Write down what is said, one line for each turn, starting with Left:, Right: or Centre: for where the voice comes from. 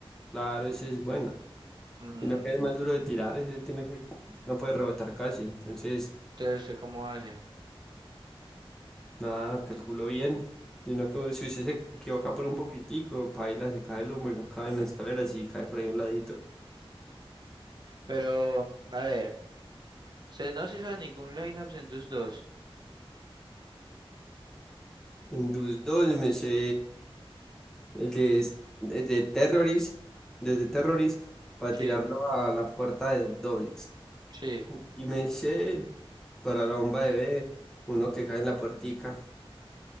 Centre: Claro, ese es bueno.
Right: Mm.
Centre: Y lo que es más duro de tirar, ese tiene que, no puede rebotar casi. Entonces,
Right: Entonces, ¿usted cómo hace?
Centre: nada, calculo bien. Sino que si usted se equivoca por un poquitico, paila, se cae el humo y no cae en la escalera, si cae por ahí a un ladito.
Right: Pero, a ver, ¿usted no se hizo ningún lineup en DUS dos
Centre: En Dus 2 me sé. El de, s- el de Terrorist, desde Terrorist, para
Right: Sí,
Centre: tirarlo a la puerta de dobles.
Right: sí.
Centre: Y me sé para la bomba de B, uno que cae en la puertica.